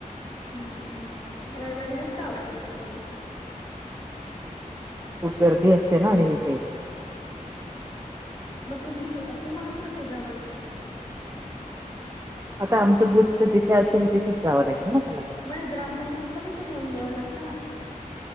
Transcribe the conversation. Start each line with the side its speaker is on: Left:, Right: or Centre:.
Left: हम्म.. हम्म.. रविवारी नसतं अवो ताई चालू ते
Right: खूप गर्दी असते ना आणि तिथे
Left: मग तुम्ही.. तुम्हाला कुठले जवळ ए?
Right: आता आमचं बुथचं, जिथे असेल तिथेच जावं लागेल ना मला
Left: मग ग्रामपंचायत मध्ये ते नेऊन द्यावं लागतं ना?